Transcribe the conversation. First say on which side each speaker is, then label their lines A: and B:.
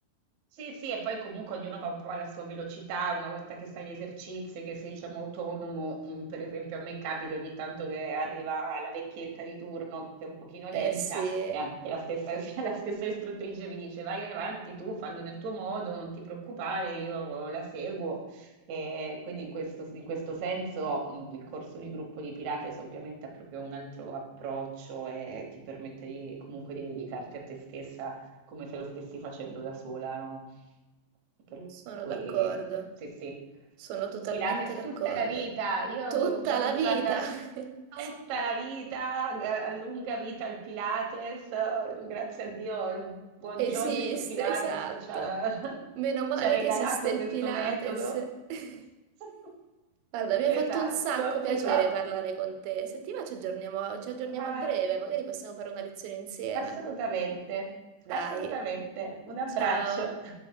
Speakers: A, on the right; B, on the right.
A: Sì, sì, e poi comunque ognuno va un po' alla sua velocità, una volta che sai gli esercizi, che sei diciamo autonomo, mm, per esempio a me capita ogni tanto che arriva la vecchietta di turno che è un pochino
B: Eh
A: lenta
B: sì,
A: e anche la stessa, <laughs> la stessa istruttrice mi dice vai avanti tu, fallo nel tuo modo, non ti preoccupare, io la seguo. E quindi in questo, in questo senso mm, il corso di gruppo di Pilates ovviamente ha proprio un altro approccio e ti permette di- comunque di dedicarti a te stessa come se lo stessi facendo da sola, no? Per
B: sono
A: cui
B: d'accordo,
A: sì, sì.
B: sono totalmente
A: Pilates
B: d'accordo.
A: tutta la vita, io,
B: Tutta
A: cioè,
B: la vita!
A: guarda,
B: <laughs>
A: tutta la vita, eh, lunga vita al Pilates, eh, grazie a Dio, il buon
B: Esiste,
A: Joseph Pilates
B: esatto.
A: ci ha, <laughs>
B: Meno male
A: ci ha regalato
B: che esiste il
A: questo
B: Pilates.
A: metodo.
B: <laughs>
A: <laughs>
B: Guarda, mi ha
A: Esatto,
B: fatto un sacco piacere
A: esatto.
B: parlare con te. Se ti va, ci aggiorniamo, ci aggiorniamo
A: Ah,
B: a breve, magari possiamo fare una lezione insieme.
A: assolutamente, assolutamente.
B: Dai,
A: Un abbraccio.
B: ciao.